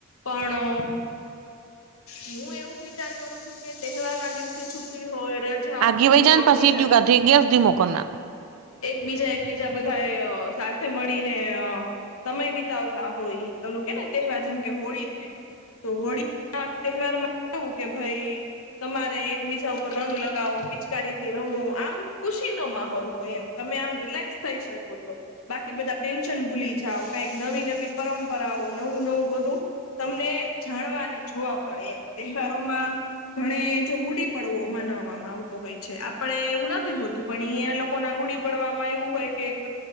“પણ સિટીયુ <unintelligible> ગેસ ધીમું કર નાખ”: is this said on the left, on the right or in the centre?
Right